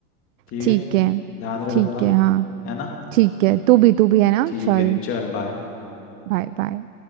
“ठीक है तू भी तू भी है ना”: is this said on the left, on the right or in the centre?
Right